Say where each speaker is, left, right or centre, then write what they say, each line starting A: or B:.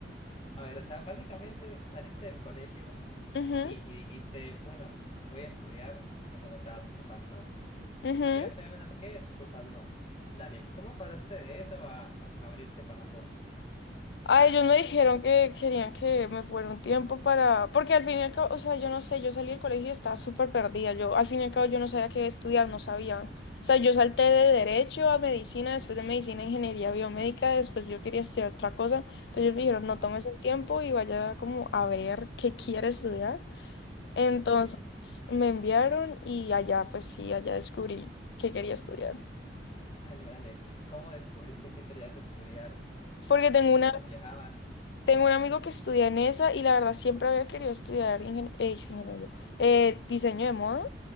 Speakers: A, on the left; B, on the left.
A: A ver, o sea, básicamente saliste del colegio
B: ujú,
A: y, y dijiste, bueno, voy a estudiar en Bogotá, tus papás no.
B: ujú,
A: voy a estudiar en no sé qué, tus papás no. Dale, ¿cómo pasaste de eso a, a abrirte para Japón?
B: Ah, ellos me dijeron que querían que me fuera un tiempo para, porque al fin y al cabo, o sea, yo no sé, yo salí del colegio y estaba súper perdida, yo al fin y al cabo yo no sabía qué estudiar, no sabía, o sea, yo salté de derecho a medicina, después de medicina a ingeniería biomédica, después yo quería estudiar otra cosa, entonces ellos me dijeron, no tomes
A: Ujú.
B: un tiempo y vaya como a ver qué quiere estudiar, entonces
A: Ok,
B: me enviaron y allá, pues sí, allá descubrí qué quería estudiar,
A: dale, dale. ¿Cómo descubriste que querías estudiar
B: porque tengo
A: mientras
B: una
A: viajabas?
B: Tengo un amigo que estudia en esa y la verdad siempre había querido estudiar ingen- eh, ingeniería, eh, diseño de moda.